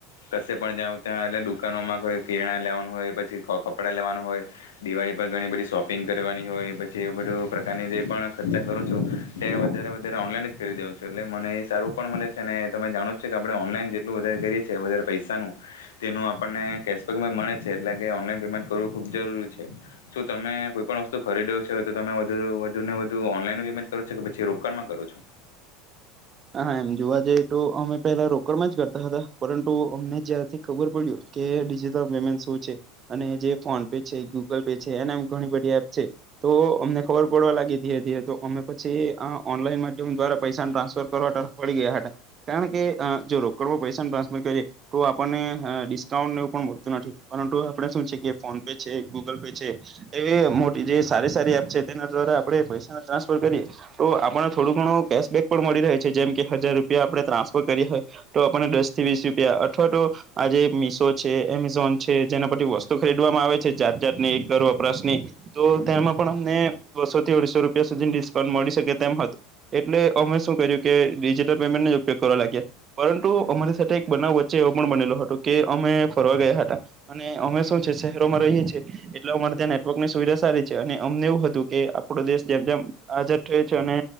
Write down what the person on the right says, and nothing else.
હા એમ જોવા જઈએ તો અમે પેલા રોકડમાં જ કરતા હતા, પરંતુ અમને જ્યારથી ખબર પડ્યિું કે ડિજિટલ પેમેન્ટ શું છે અને જે ફોન પે છે ગૂગલ પે છે એને ઘણી બધી એપ છે, તો અમને ખબર પડવા લાગી ધીરે-ધીરે તો અમે પછી આ ઓનલાઈન માધ્યમ દ્વારા પૈસા ટ્રાન્સફર પરવાર્તા પડી ગયા હતા કારણ કે, અ જો રોકડમાં પૈસા ટ્રાન્સફર કરીએ તો આપણને અ ડિસ્કાઉન્ટ એવું પણ મળતું નથી, પરંતુ આપળે શું છે કે ફોન પે છે ગૂગલ પે છે એવી મોટી જે સારી-સારી એપ છે તેના દ્વારા આપળે પૈસા ટ્રાન્સફર કરીએ તો આપણને થોડું ઘણું કેશબેક પણ મળી રહે છે જેમ હજાર રૂપિયા આપળે ટ્રાન્સફર કરી હોય તો આપણને દસ થી વીસ રૂપિયા અથવા તો આજે મીશો છે એમેઝોન છે જેના પરી વસ્તુ ખરીદવામાં આવે છે જાત-જાત ની ઘર વપરાશની તો તેમાં પણ અમને બસો થી અઢીસો રૂપિયા સુધી ડિસ્કાઉન્ટ મળી શકે તેમ હતું, એટલે અમે શું કર્યું કે ડિજિટલ પેમેન્ટ ન ઉપયોગ કરવા લાગ્યા, પરંતુ અમારી સાથે એક બનાવ વચ્ચે એવો પણ બનેલો હતો કે અમે ફરવા ગયા હતા અને અમે શું છે શહેરોમાં રહીએ છીએ એટલે અમારે ત્યાં નેટવર્કની સુવિધા સારી છે અને અમને એવું હતું કે આપળો દેશ જેમ-જેમ આાજાદ થય છે અને